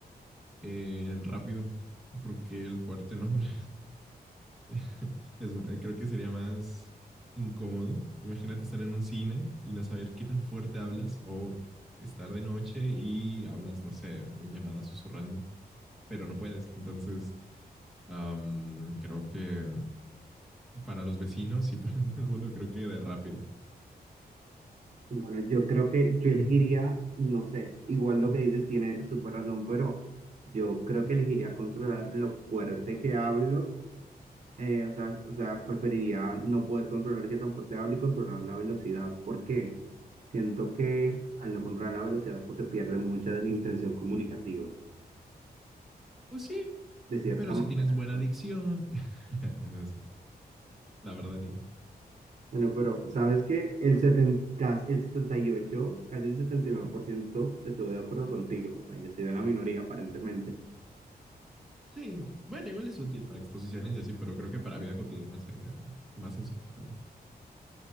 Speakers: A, in the centre; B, on the right.
A: Eh, rápido, porque el fuerte, no, hombre. <laughs> Es mu- eh, creo que sería más incómodo. Imagínate estar en un cine y no saber qué tan fuerte hablas o estar de noche y hablas, no sé, en llamada susurrando, pero no puedes. Entonces, am, creo que para los vecinos y para <laughs> todo el mundo creo que de rápido.
B: Bueno, yo creo que yo elegiría, no sé, igual lo que dices tiene súper razón, pero yo creo que elegiría controlar lo fuerte que hablo, eh, o sea, o sea, preferiría no poder controlar qué tan fuerte hablo y controlar la velocidad, porque siento que al no controlar la velocidad, pues se pierde mucha de la intención comunicativa,
A: Pues sí,
B: de cierta
A: pero
B: manera.
A: si tienes buena
B: <laughs>
A: dicción, <laughs> no sé, la verdad ni idea.
B: Bueno, pero ¿sabes qué? El 70, cas- el setenta y ocho casi el 79% estuve de acuerdo contigo, o sea, yo soy de la minoría aparentemente.
A: Sí, bueno, igual es útil para exposiciones y así, pero creo que para vida cotidiana sería más insoportable.